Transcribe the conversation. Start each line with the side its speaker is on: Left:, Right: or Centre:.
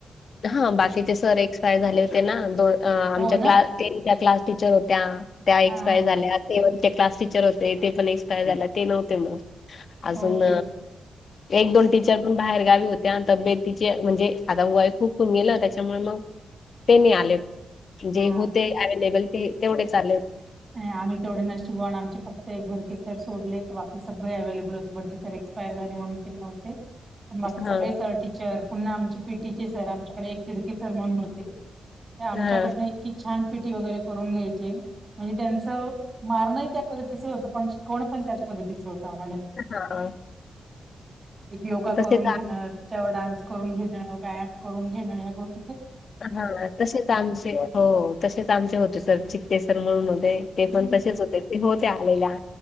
Left: हं बाकीचे सर एक्सपायर झाले होते ना, दोन आमच्या
Right: हो ना
Left: क्लास-क्लास टीचर होत्या. त्या एक्सपायर
Right: हा हा
Left: झाल्या,
Right: हा
Left: ते वन क्लास टीचर होते, ते पण एक्सपायर झाले ते नव्हते म. अजून
Right: ओके
Left: एक दोन टीचर पण बाहेर गावी होत्या, अन तब्बेतीचे म्हणजे आता वय खूप होउन गेलं त्याच्यामुळे मग, ते नही आले, जे
Right: हा
Left: होते अवेलेबल ते, तेवढेच आले होते.
Right: आणि आम्ही केवडे नशीब वाण आमचे फक्त एक भडकेसर सोडले बाकी सगळे अव्हेलेबल होते, भडके सर एक्सपायर झाले म्हणून ते नव्हते. पण बाकी
Left: हा
Right: सगळे सर टीचर, पुन्हा आमचे पीटीचे सर आमच्याकडे एक तीडके सर म्हणून होते. ते आमच्याकडनं
Left: हा
Right: इतकी छान पिटी वगैरे करून घ्यायचे. म्हणजे त्यांचं मारणंही त्या पद्धतीचं होतं पण शिकवणं पण त्याच पद्धतीचं होतं आम्हाला
Left: <unintelligible>
Right: एक योगा
Left: तसे
Right: करून घेणं तिच्यावर डान्स करून घेणं. व्यायाम करून घेणं हया गोष्
Left: हा तसेच आमचे हो तसेच आमचे होते सर चित्तेसर म्हणून होते ते पण तसेच होते हो त्या आलेल्या